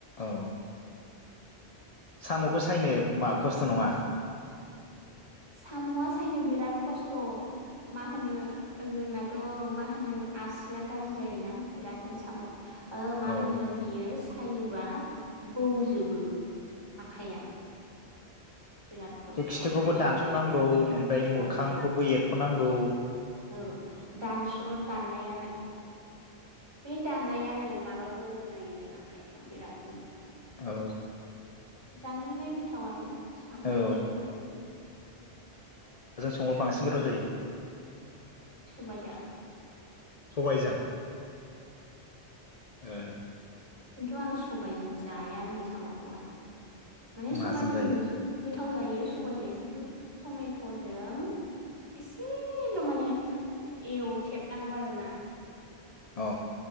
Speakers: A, on the left (about 40°); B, on the right (about 25°).
A: औ सामखौ सायनो मा खस्थ नङा
B: सामआ सायनो बिराद खस्थ मा होनो जोंनाथ मा होनो आसिया गाज्रि जायोना बिरादनो साम ओ मा
A: औ
B: होनो बियो फायोबा बौजोबो आखाइया बिराद खस्थ'
A: खिथोखौबो
B: ओमफ्राय दाननायाव
A: दानसनांगौ ओमफ्राय मोखांखौबो
B: औ
A: एर खनांगौ
B: औ दानस दाननायानो बे दाननायानो माबा बौनो नागिरो आखाइयाव बिरादनो
A: औ
B: जानोलाय गोथाव आरो सामजो
A: औ
B: सबाइजो
A: बा बांसिन गोथाव जायो
B: सबाइदा
A: सबाइजों ओह
B: खिन्थु आं सबाइजों जायानो सामखौहाय माने
A: माजों
B: समबाइजों
A: जायो
B: गोथाव जायो सबाइजों खिन्थु टमेटजों एसेल माने एवथेबनांगौ आरोना
A: अ